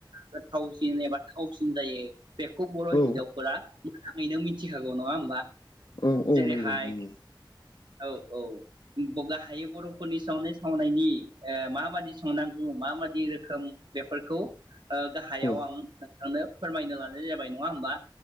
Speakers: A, on the right; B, on the left.
A: गोथावसिन एबा थावसिन जायो बेखौ बर'
B: औ
A: हिनजावफोरा थारैनो मिथिखागौ नङा होमबा
B: औ औ
A: जेरैहाय
B: नंगौ नंगौ
A: औ औ गाहायै बर'फोरनि सायावनो ए खावनायनि ए माबादि संनांगौ माबादि रोखोम बेफोरखौ ओ गाहायाव
B: औ
A: आं थांनो फोरमायनो लादों बे जाबाय नङा होनबा